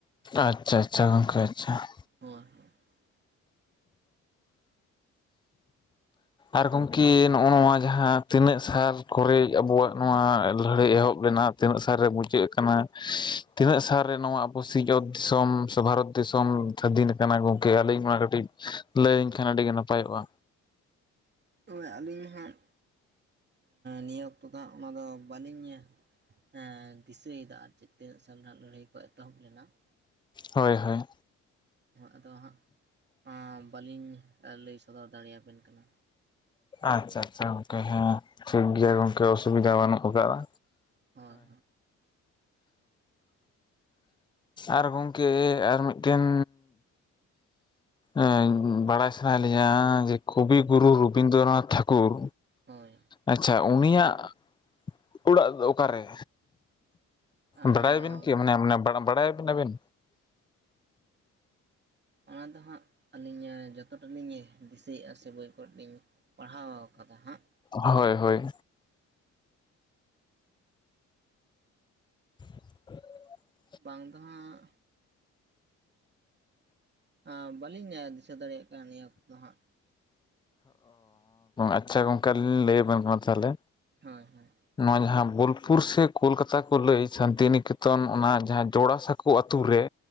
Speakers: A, on the left; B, on the right.
A: ᱟᱪᱪᱷᱟ ᱟᱪᱪᱷᱟ ᱜᱚᱝᱠᱮ ᱟᱪᱪᱷᱟ ᱾
B: ᱦ <unintelligible>
A: ᱟᱨ ᱜᱚᱢᱠᱮ ᱱᱚᱜᱼᱚ ᱱᱚᱣᱟ ᱡᱟᱦᱟᱸᱼᱼ ᱛᱤᱱᱟᱹᱜ ᱥᱟᱞ ᱠᱚᱨᱮ ᱟᱵᱚᱣᱟᱜ ᱱᱚᱣᱟ ᱞᱟᱹᱲᱦᱟᱹᱭ ᱮᱦᱚᱵ ᱞᱮᱱᱟ ᱛᱤᱱᱟᱹᱜ ᱥᱟᱞᱨᱮ ᱢᱩᱪᱟᱹᱜ ᱠᱟᱱᱟ ᱾ ᱛᱤᱱᱟᱹᱜ ᱥᱟᱞ ᱨᱮ ᱱᱚᱣᱟ ᱟᱵᱚ ᱥᱤᱧᱚᱛ ᱫᱤᱥᱚᱢ ᱥᱮ ᱵᱷᱟᱨᱚᱛ ᱫᱤᱥᱚᱢ ᱥᱟᱹᱫᱷᱤᱱ ᱠᱟᱱᱟ ᱜᱚᱢᱠᱮ ᱟᱹᱞᱤᱧ ᱢᱟ ᱠᱟᱹᱴᱤᱡ ᱞᱟᱹᱭᱟᱹᱧ ᱠᱷᱟᱱ ᱟᱹᱰᱤ ᱜᱮ ᱱᱟᱯᱟᱭᱚᱜᱼᱟ᱾
B: <unintelligible> ᱟᱹᱞᱤᱧ ᱦᱟᱸᱜ ᱱᱤᱭᱟᱹ ᱚᱠᱛᱚ ᱫᱚ ᱦᱟᱸᱜ ᱚᱱᱟ ᱫᱚ ᱵᱟᱹᱞᱤᱧ ᱮᱸ ᱫᱤᱥᱟᱹᱭᱮᱫᱟ ᱟᱨ ᱪᱮᱫ ᱛᱤᱱᱟᱹᱜ ᱥᱟᱞ ᱨᱮ ᱱᱟᱜ ᱞᱟᱹᱲᱦᱟᱹᱭ ᱠᱚ ᱮᱛᱚᱦᱚᱵ ᱞᱮᱱᱟ ᱾
A: ᱦᱳᱭ-ᱦᱳᱭ
B: ᱦᱚᱸ ᱟᱫᱚ ᱦᱟᱸᱜ ᱮᱸ ᱵᱟᱹᱞᱤᱧ ᱞᱟᱹᱭ ᱥᱚᱫᱚᱨ ᱫᱟᱲᱮᱭᱟᱵᱮᱱ ᱠᱟᱱᱟ᱾
A: ᱟᱪᱪᱷᱟ-ᱟᱪᱪᱷᱟ ᱜᱚᱝᱠᱮ ᱦᱮᱸ ᱴᱷᱤᱠ ᱜᱮᱭᱟ ᱜᱚᱝᱠᱮ ᱚᱥᱩᱵᱤᱫᱷᱟ ᱵᱟᱹᱱᱩᱜ ᱟᱠᱟᱫᱟ᱾
B: ᱦᱳᱭ ᱦᱳᱭ
A: ᱟᱨ ᱜᱚᱝᱠᱮ ᱟᱨ ᱢᱤᱫᱴᱮᱱ ᱮᱸ ᱵᱟᱲᱟᱭ ᱥᱟᱱᱟᱭᱮᱫ ᱞᱤᱧᱟ ᱡᱮ ᱠᱚᱵᱤ ᱜᱩᱨᱩ ᱨᱚᱵᱤᱱᱫᱨᱚᱱᱟᱛᱷ ᱴᱷᱟᱹᱠᱩᱨ
B: ᱦᱳᱭ
A: ᱟᱪᱪᱷᱟ ᱩᱱᱤᱭᱟᱜ ᱚᱲᱟᱜ ᱚᱠᱟᱨᱮ?
B: ᱦᱳᱭ
A: ᱵᱟᱲᱟᱭ ᱵᱤᱱ ᱠᱤ ᱢᱟᱱᱮ ᱢᱟᱱᱮ ᱵᱟᱲᱟ ᱵᱟᱲᱟᱭᱟᱵᱮᱱ ᱟᱵᱮᱱ᱾
B: ᱚᱱᱟ ᱫᱚ ᱦᱟᱸᱜ ᱟᱹᱞᱤᱧ ᱡᱚᱛᱚᱴᱟ ᱞᱤᱧ ᱫᱤᱥᱟᱹᱭᱮᱫᱼᱟ ᱥᱮ ᱵᱳᱭ ᱠᱚᱨᱮ ᱞᱤᱧ ᱯᱟᱲᱦᱟᱣ ᱟᱠᱟᱫᱟ ᱦᱟᱸᱜ᱾
A: ᱦᱳᱭ - ᱦᱳᱭ <unintelligible>
B: ᱵᱟᱝ ᱫᱚ ᱦᱟᱸᱜ᱾ ᱟᱸ ᱵᱟᱹᱞᱤᱧ ᱫᱤᱥᱟᱹ ᱫᱟᱲᱮᱭᱟᱜ ᱠᱟᱱᱟ ᱱᱤᱭᱟᱹ ᱚᱠᱛᱚ ᱫᱚ ᱦᱟᱸᱜ᱾
A: ᱟᱪᱪᱷᱟ ᱜᱚᱝᱠᱮ ᱟᱹᱞᱤᱧ ᱞᱤᱧ ᱞᱟᱹᱭ ᱟᱵᱮᱱ ᱠᱟᱱᱟ ᱛᱟᱦᱚᱞᱮ᱾
B: ᱦᱳᱭ-ᱦᱳᱭ
A: ᱱᱚᱣᱟ ᱡᱟᱦᱟᱸ ᱵᱳᱞᱯᱩᱨ ᱥᱮ ᱠᱳᱞᱠᱟᱛᱟ ᱠᱚ ᱞᱟᱹᱭ ᱥᱟᱱᱛᱤᱱᱤᱠᱮᱛᱚᱱ ᱚᱱᱟ ᱡᱟᱦᱟᱸ ᱡᱚᱲᱟ ᱥᱟ ᱠᱩ ᱟᱹᱛᱳ ᱨᱮ᱾